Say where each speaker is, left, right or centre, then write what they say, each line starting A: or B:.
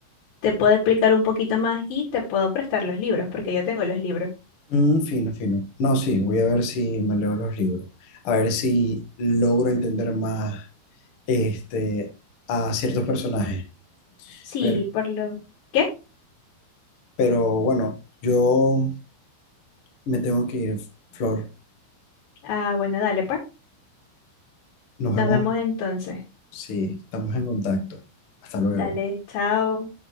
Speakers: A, on the left; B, on the left.
A: te puedo explicar un poquito más y te puedo prestar los libros, porque yo tengo los libros.
B: mm, fino, fino. No, sí, voy a ver si me leo los libros. A ver si logro entender más este, a ciertos personajes.
A: Sí,
B: Pero,
A: por lo... ¿Qué?
B: pero bueno, yo me tengo que ir, Flor.
A: Ah, bueno, dale pues.
B: Nos
A: Nos
B: vemos
A: vemos entonces.
B: si estamos en contacto. Hasta luego.
A: Dale, chao.